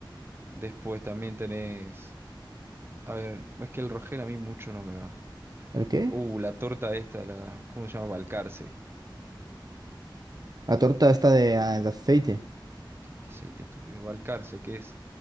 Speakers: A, on the right (about 30°); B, on the right (about 50°).
A: Después también tenés. A ver, es que el Rogel a mí mucho no me va.
B: ¿El qué?
A: Uh, la torta esta, la. ¿Cómo se llama? Balcarce.
B: La torta esta de, ah, de aceite.
A: ¿Qué, qué aceite estúpido? Balcarce, que es